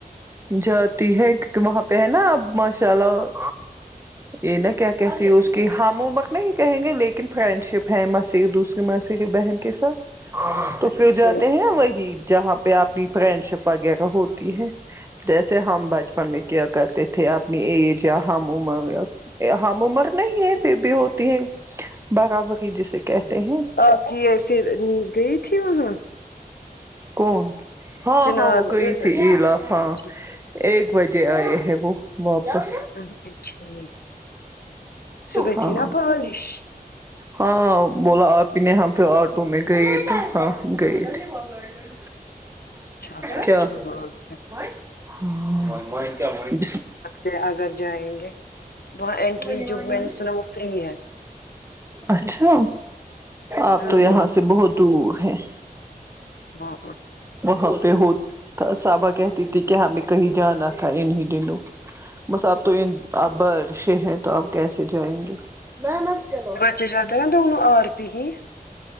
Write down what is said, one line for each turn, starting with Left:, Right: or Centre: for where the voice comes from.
Right: جاتی ہے کیونکہ وہاں پہ ہے نا اب ماشاء اللہ یہ نا کیا کہتی ہے اس کی ہم عمر نہیں کہیں گے لیکن فرینڈ شپ ہے مسی دوس پھر مسی کی بہن کے ساتھ تو
Left: اچھا
Right: فر
Left: ٹھیک
Right: جاتے
Left: اچھا
Right: ہیں وہی جہاں پہ اپنی فرینڈ شپ وغیرہ ہوتی ہے جیسے ہم بچپن میں کیا کرتے تھے اپنی ایج یا ہم عمر ہم عمر
Left: ٹھیک
Right: نہیں ہے پھر بھی ہوتی ہے بغا بغی جسے کہتے ہیں
Left: آپ کی ایسی نیوز گئی تھی وہاں
Right: کون ہاں
Left: چنار
Right: ہاں وہ
Left: میں؟
Right: گئی تھی لا فاں
Left: اچھا
Right: ایک بجے آئے ہے وہ واپس
Left: اچھا ٹھیک، صبح
Right: ہاں
Left: تھی نا بارش
Right: ہاں بولا آپی نے ہم فر آٹو میں گئے تھے ہاں ہم گئے تھے پڑھرہے
Left: چلو اچھی
Right: مما کیا <unintelligible>
Left: بات ہے یہ اگر جائیں گے وہاں
Right: <unintelligible>
Left: انٹری جو میں نے سنا وہ فری ہے
Right: اچھا آپ
Left: ہوں،
Right: تو یہاں سے بہت تو ہے
Left: ہاں
Right: وہاں پہ ہو تا صحابا کہتی تھی کہ ہمیں کہیں جانا تھا انہیں دنوں بس آپ تو ان آپ بارشیں ہیں تو آپ کیسے جائیں گے نہ مت کرو
Left: <unintelligible>